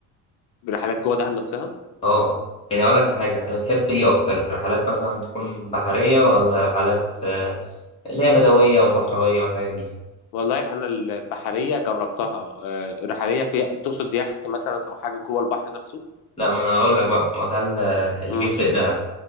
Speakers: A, on the left; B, on the left.
A: رحلات جوه دهب نفسها
B: اه يعني اقول لك على حاجه انت بتحب ايه اكتر رحلات مثلا تكون بحريه ولا رحلات آه، اللي هي بدويه وصحراويه والحاجات دي
A: والله انا البحرية جربتها آه، رحلية فيها تقصد يخت مثلا او حاجة جوه البحر نفسه
B: لا ما انا اقول لك بقى ما ده اللي
A: امم
B: بيفرق دهب